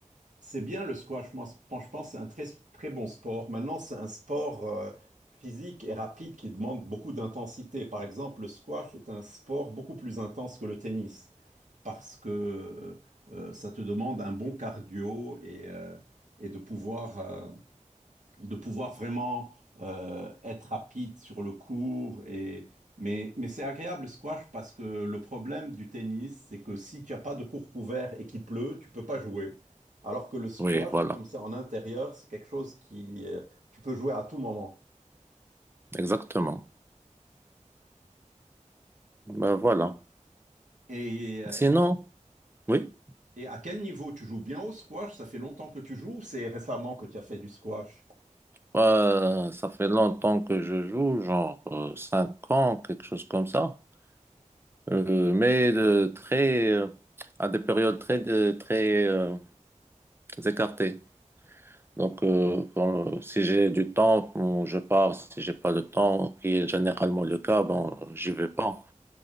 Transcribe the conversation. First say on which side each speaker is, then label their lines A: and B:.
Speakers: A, on the right; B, on the right.
A: C'est bien le squash, moi, je pense que c'est un très, très bon sport. Maintenant, c'est un sport euh, physique et rapide qui demande beaucoup d'intensité. Par exemple, le squash est un sport beaucoup plus intense que le tennis parce que euh, euh, ça te demande un bon cardio et, euh, et de pouvoir euh, de pouvoir vraiment euh, être rapide sur le court. Et... Mais, mais c'est agréable le squash parce que le problème du tennis, c'est que si tu n'as pas de court couvert et qu'il pleut, tu peux pas jouer. Alors que le squash,
B: Oui, voilà,
A: comme c'est en intérieur, c'est quelque chose qui euh, tu peux jouer à tout moment.
B: exactement. Ben voilà.
A: Et, euh,
B: Sinon, oui,
A: et à quel niveau tu joues bien au squash? Ça fait longtemps que tu joues ou c'est récemment que tu as fait du squash?
B: euh, ça fait longtemps que je joue, genre euh, cinq ans, quelque chose comme ça. Euh, mais de très, euh, à des périodes très, de- très euh, écartées. Donc, euh, quand- si j'ai du temps, bon, je pars. Si j'ai pas de temps, qui est généralement le cas, bon, j'y vais pas.